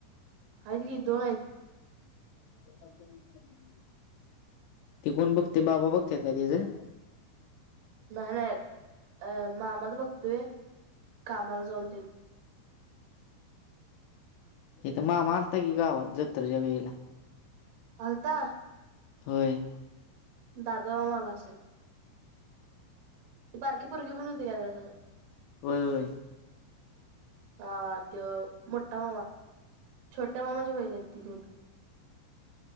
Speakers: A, on the right; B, on the left.
A: हायत कि दोन आत
B: <unintelligible> ते कोण बघतय बाबा बघत्यात का त्याचं
A: नाही नाही अ मामाच बघतोय कामाला जाऊन तेन
B: हेथ मामा आलता कि गावात जत्रच्या् वेळेला
A: आलता
B: होय
A: दादामामा आला असेल ते बारकीे परगी पण होती का त्याच्या संग
B: होय होय
A: हा त्यो मोठा मामा छोट्या मामाच्या बैलयत ती दोन